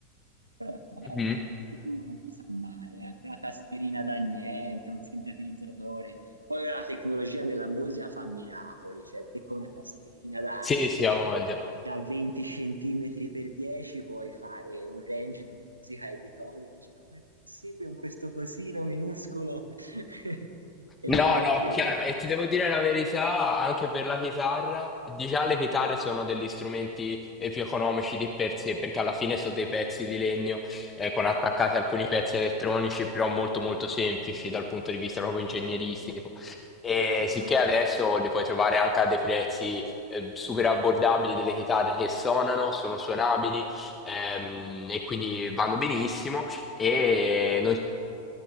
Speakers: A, on the right; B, on the left.
A: Però ecco, magari
B: Mhm.
A: sai, in futuro non si sa mai, eh, anche una tastierina da niente, un sintetizzatore. Poi la tecnologia nella musica fa miracoli, cioè te con una tastierina da,
B: Sì, sì, ha voglia.
A: da 20 centimetri per 10 puoi fare un range di musica e di toni, dici, ma com'è possibile con questo cosino minuscolo? <laughs> In
B: No,
A: effetti,
B: no, chiaro, e ti devo dire la verità, anche per la chitarra, di già le chitarre sono degli strumenti eh, più economici di per sé, perché alla fine sono dei pezzi di legno eh, con attaccati alcuni pezzi elettronici, però molto molto semplici dal punto di vista proprio ingegneristico. E
A: certo,
B: sicché adesso li puoi trovare anche a dei prezzi eh, super abbordabili, delle chitarre che suonano, sono suonabili ehm, e quindi vanno benissimo. E noi